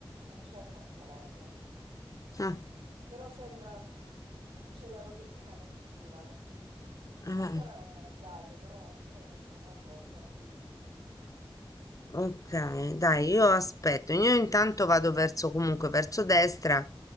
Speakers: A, on the right; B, on the left.
A: non c'è molta rete,
B: eh,
A: però sembra c'è la rotellina che gira,
B: eh,
A: ancora non ho cambiato, però spero che tra poco ti arrivi.
B: ok, dai, io aspetto. Io intanto vado verso comunque verso destra